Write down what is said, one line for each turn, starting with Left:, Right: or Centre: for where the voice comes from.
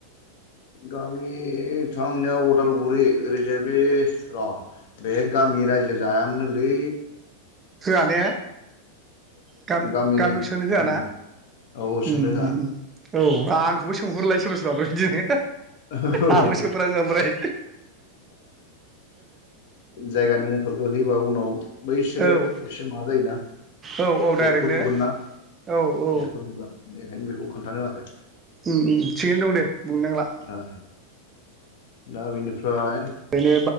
Left: गामिथ' आंनिआ उदालगुरि। ओरैजाय बे र' बेहाय गामि रायज्लाय जायामोनलै
Right: होआ ने गाम
Left: गामि
Right: गामिखो सोंनो होआ
Left: उम
Right: ना?
Left: औ
Right: ओम
Left: सोंनो
Right: ओम ओम औ आंखौबो सोंहरलाय सोरबा सोरबाब बिदिनो।
Left: होआ
Right: आंआबो सोंफलाङो ओमफ्राय।
Left: जायगानि मुंफोरखौ होयोबा उनाव बैसोरो
Right: औ
Left: एसे माबा जायोना।
Right: औ औ डाइरेक्टनो
Left: एरख'जोबगोन ना
Right: औ औ
Left: एरख'जोबगोन बेखायनो बेखौ खोन्थानो होआखै।
Right: ओम ओम थिगैनो दं दे बुंनोनांला।
Left: ओ दा बेनिफ्राय
Right: ओरैनो